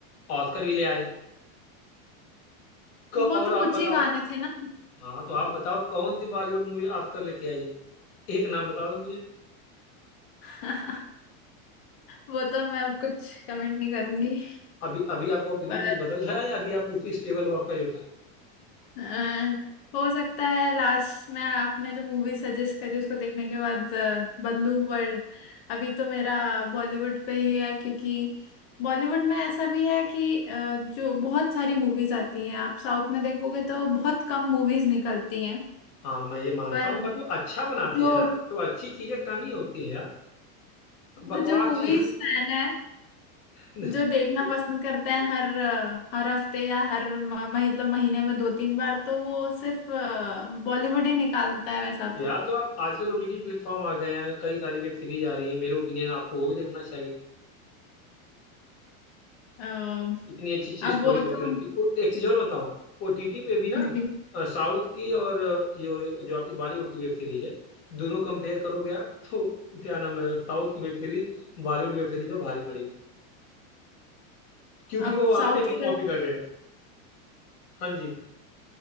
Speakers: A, on the left; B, on the left.
A: ऑस्कर भी ले आए क-
B: वो
A: और
B: तो
A: आप
B: कुछ
A: बताओ
B: ही गाने थे ना
A: हाँ तो आप बताओ कौन सी बॉलीवुड मूवी ऑस्कर लेके आई है एक नाम बताओ मुझे
B: <laughs> वो तो मैं कुछ कमेंट नहीं करूंगी
A: अभी अभी आपका ओपिनियन
B: पर
A: कुछ बदल रहा है या अभी आप उसी स्टेबल हो आपका जो था
B: अ, हो सकता है लास्ट में आपने जो मूवी सजेस्ट करी उसको देखने के बाद अ, बदलू वर्ल्ड अभी तो मेरा बॉलीवुड पे ही है क्योंकि बॉलीवुड में ऐसा भी है कि अ, जो बहुत सारी मूवीज आती हैं आप साउथ में देखोगे तो बहुत कम मूवीज निकलती हैं
A: हाँ मैं ये मानता
B: पर
A: हूँ बट वो अच्छा बनाते
B: जो
A: हैं ना तो अच्छी चीजें कम ही होती हैं यार बकवास
B: जो मूवीज
A: चीजें
B: फैन है
A: <laughs>
B: जो देखना पसंद करते हैं हर अ, हर हफ्ते या हर म- मतलब महीने में दो तीन बार तो वो सिर्फ बॉलीवुड ही निकालता है वैसा
A: यार तो आप आजकल ओटीटी प्लेटफॉर्म आ गए हैं कई सारी वेब सीरीज आ रही हैं मेरे ओपिनियन आपको वो भी देखना चाहिए
B: तो
A: इतनी अच्छी अच्छी स्टोरी
B: अब वो
A: होती
B: तो
A: है उनकी वो एक चीज और बताऊं ओटीटी पे भी ना
B: जी।
A: अ, साउथ की और अ, यो जो आपकी बॉलीवुड की वेब सीरीज है दोनों कंपेयर करोगे आप तो क्या नाम है साउथ की web series Bollywood web series में भारी पड़ेगी क्योंकि
B: अब
A: वो वहां
B: साउथ
A: पे भी
B: की
A: कॉपी
B: वेब-
A: कर रहे हैं हाँ जी